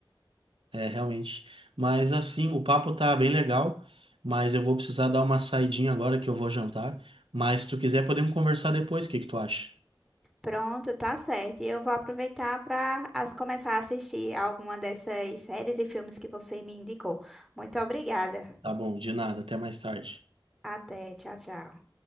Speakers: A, on the right; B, in the centre.
A: É, realmente. Mas assim, o papo tá bem legal, mas eu vou precisar dar uma saidinha agora que eu vou jantar. Mas se tu quiser, podemos conversar depois, o que que tu acha?
B: Pronto, tá certo. E eu vou aproveitar para começar a assistir alguma dessas séries e filmes que você me indicou. Muito obrigada.
A: Tá bom, de nada, até mais tarde.
B: Até, tchau, tchau.